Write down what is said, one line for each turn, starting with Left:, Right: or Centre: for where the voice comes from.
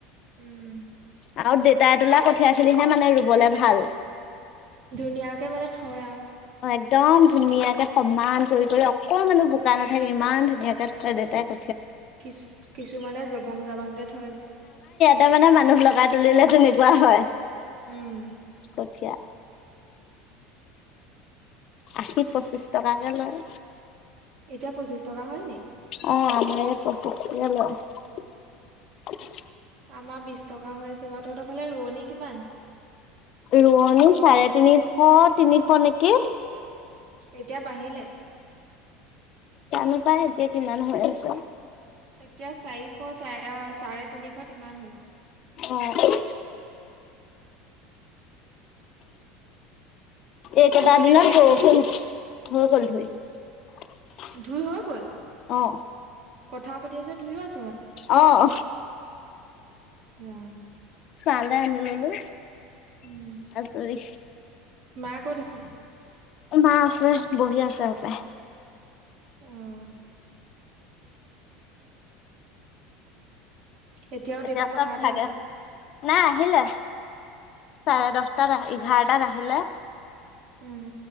Right: উম
Left: আৰু দেতাই তোলা কঠিয়া খিনিহে মানে ৰুবলে ভাল।
Right: ধুনীয়াকে মানে থয় আও।
Left: অ একদম ধুনীয়াকে সমান কৰি কৰি অকল মান বোকা নাথাকে ইমান ধুনীয়াকে থয় দেউতাই ক
Right: কিছু কিছুমানে জবং জাবাংকে থয় যে।
Left: তাৰ মানে মানুহ লগাই তুলিলে তেনেকুৱা হয়,
Right: উম
Left: কঠীয়া। আশী পঁচিছ টকাকে লয়।
Right: এতিয়া পঁচিছ টকা হ'লনি?
Left: অ আমাৰ ইয়াত পঁচিছকে লয়।
Right: আমাৰ বিশ টকা হৈ আছে বাৰু। তহঁতৰ ফালে ৰোৱনি কিমান?
Left: ৰোৱনী চাৰে তিনিশ তিনিশ নেকি?
Right: এতিয়া বাঢ়িলে?
Left: জানো পাই এতিয়া কিমান হৈ আছে?
Right: এতিয়া চাৰিশ চ চাৰে তিনিশ ইমান হ'ল।
Left: অ <unintelligible> এইকেইটা
Right: কাঁহী বাতি
Left: দিনত
Right: ধুই আছ
Left: বৰষূণ
Right: নেকি
Left: <unintelligible>
Right: ধোই হৈ গ'ল?
Left: অঁ।
Right: কথা পাতি আছে ধুইো আছে?
Left: আহঁ।
Right: <unintelligible>
Left: চালে আনি ললো।
Right: উম
Left: আজৰি
Right: মা কট আছে?
Left: মা আছে বহী আছে সপায়?
Right: আহ। এতিয়াও
Left: এতিয়া
Right: দেউতা পথাৰতে
Left: চব ভাগে
Right: আছে।
Left: হয়। নাই আহিলে চাৰে দহটাত এঘাৰটাত আহিলে?
Right: উম